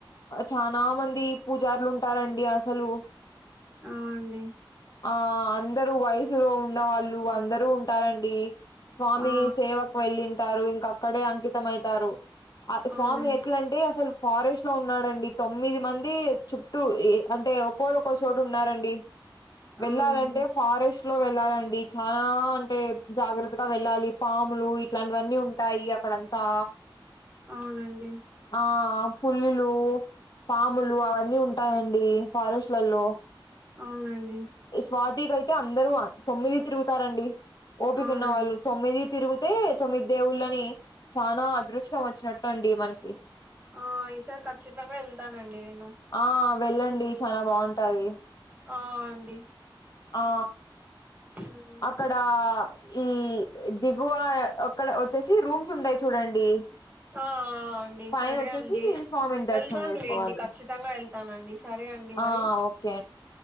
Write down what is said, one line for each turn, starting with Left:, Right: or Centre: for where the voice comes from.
Left: చాల చనా మంది పూజారులు ఉంటారండి అసలు
Right: ఆ అండి
Left: ఆ అందరూ వయసులో ఉన్నవాళ్ళు అందరు ఉంటారండి స్వామి
Right: ఆ
Left: సేవకు వెళ్ళింటారు ఇంక అక్కడే అంకితం అవుతారు ఆ స్వామి
Right: అవునండి
Left: ఎట్లంటే అసలు ఫారెస్ట్ లో ఉన్నాడండి తొమ్మిది మంది చుట్టూ ఏ అంటే ఒకోరు ఒకరు చోటు ఉన్నారండి వెళ్ళాలంటే
Right: అవునండి
Left: ఫారెస్ ట్లో వెళ్ళాలండి చానా అంటే జాగ్రత్తగా వెళ్ళాలి పాములు ఇట్లాంటివన్నీ ఉంటాయి అ కడంతా
Right: అవునండి
Left: ఆ పుల్లిలు పాములు అవన్నీ ఉంటాయండి ఫారెస్ట్లలో
Right: అవునండి
Left: ఈ స్వాతికి అయితే అందరూ తొమ్మిది తిరుగుతారండి ఓపికున్న
Right: అవునండి
Left: వాళ్ళు తొమ్మిది తిరుగితే తొమ్మిది దేవుళ్ళని చాలనా అదృష్టం వచ్చినట్ ట్టండి మనకి
Right: ఆ ఈసారి ఖచ్చితంగా వెళ్తానండి నేను
Left: ఆ వెళ్ళండి చానా బాంటాది
Right: ఆ అండి
Left: ఆ
Right: హ్మ్.
Left: అక్కడ ఈ దిగువ అక్కడ వచ్చేసి రూమ్స్ ఉంటయి చూడండి
Right: ఆ అండి
Left: పైన
Right: సరే
Left: వచ్చేసి
Right: అండి
Left: స్వామిని
Right: వెళ్తాను
Left: దర్శనం చేసుకోవాలి
Right: లేండి ఖచ్చితంగా వెళ్తానండి సరే అండి మరి
Left: ఆ ఓకే